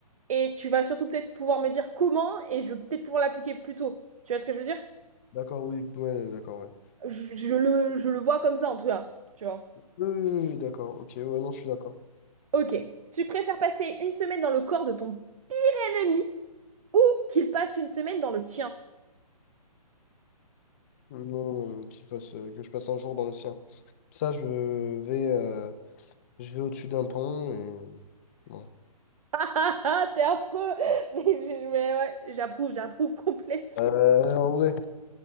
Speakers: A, on the right; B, on the left.
A: Et tu vas surtout peut-être pouvoir me dire comment et je vais peut-être pouvoir l'appliquer plus tôt. Tu vois ce que je veux dire?
B: D'accord, oui. Ouais, d'accord, ouais.
A: Je, je le, je le vois comme ça en tout cas. Tu vois?
B: Oui, oui, oui, oui, d'accord. Ok, ouais, non, je suis d'accord.
A: Ok. Tu préfères passer une semaine dans le corps de ton ennemi ou qu'il passe une semaine dans le tien?
B: Non, non, non, qu'il passe, euh, que je passe un jour dans le sien. Ça, je vais, euh, je vais au-dessus d'un pont et. bon.
A: Ah <laughs> ah, t'es affreux! <laughs> Mais, je- mais ouais, j'approuve, j'approuve <laughs> complètement.
B: Euh, en vrai.